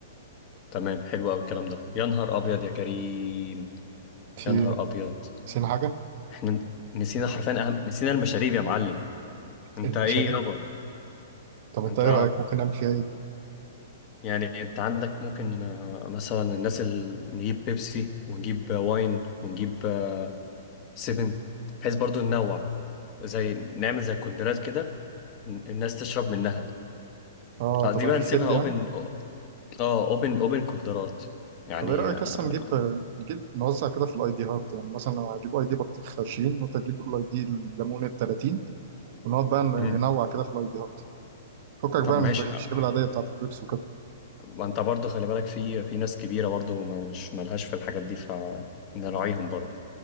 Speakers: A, on the left; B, on the right.
A: تمام حلو قوي الكلام ده يا نهار ابيض يا كريم
B: دعوه
A: يا نهار ابيض
B: نسينا حاجة
A: احنا نسينا حرفيا اهم نسينا المشاريب يا معلم انت
B: المشاريب
A: ايه يابا
B: طب انت
A: انت
B: ايه رأيك ممكن نعمل فيها ايه دي؟
A: يعني انت عندك ممكن آه، مثلا الناس اللي نجيب بيبسي ونجيب آه، واين ونجيب آه، سيفن بحيث برضو ننوع زي نعمل زي كولدرات كده الناس تشرب منها
B: اه
A: آه، دي
B: طب ريفيل
A: بقى نسيبها اوبن
B: يعني
A: اه اوبن اوبن كولدرات يعني
B: طب ايه رأيك
A: آه،
B: اصلا نجيب نجيب نوزع كده في الايديهات يعني مثلا انا هجيب اي دي بطيخ 20 وانت تجيب الاي دي الليمون ال 30 ونقعد بقى ننوع
A: مم.
B: كده في الايديهات فكك
A: طب
B: بقى
A: ماشي
B: من المشاريب
A: آه،
B: العادية بتاعت البيبس وكده
A: ما انت برضو خلي بالك في في ناس كبيرة برضو ما مش ملهاش في الحاجات دي فنراعيهم برضو